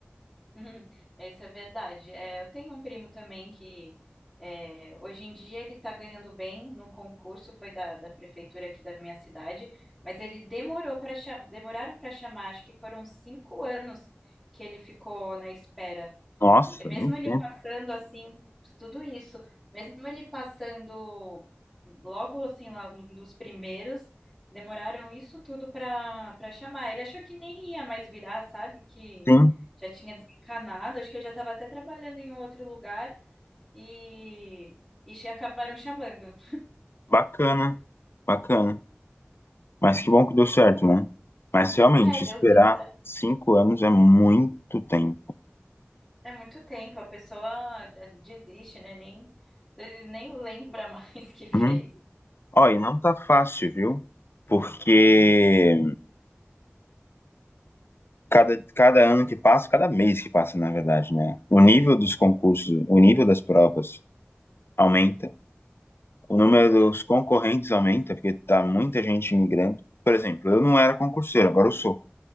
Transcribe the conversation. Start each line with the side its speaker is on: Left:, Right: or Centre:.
Centre: Uhum, Isso é verdade. É, eu tenho um primo também que é, hoje em dia ele está ganhando bem no concurso, foi da, da prefeitura aqui da minha cidade, mas ele demorou para demoraram para chamar, acho que foram cinco anos que ele ficou na espera.
Left: Nossa,
Centre: E mesmo
Left: muito
Centre: ele
Left: tempo,
Centre: passando assim, tudo isso, mesmo ele passando logo assim lá num dos primeiros, demoraram isso tudo para para chamar. Ele achou que nem ia mais virar, sabe? Que
Left: sim.
Centre: já tinha desencanado, acho que eu já estava até trabalhando em um outro lugar e, e che- acabaram chamando.
Left: Bacana, bacana. Mas que bom que deu certo, né? Mas realmente,
Centre: É, deu,
Left: esperar
Centre: deu certo.
Left: cinco anos é muito tempo.
Centre: É muito tempo, a pessoa eh, desiste, né? Nem, às vezes nem lembra mais <laughs> que fez.
Left: Uhum. Ó, e não tá fácil, viu? Porque cada, cada ano que passa, cada mês que passa, na verdade, né? O nível dos concursos, o nível das provas aumenta, o número
Centre: sabe?
Left: dos concorrentes aumenta, porque tá muita gente migrando. Por exemplo, eu não era concurseiro, agora eu sou.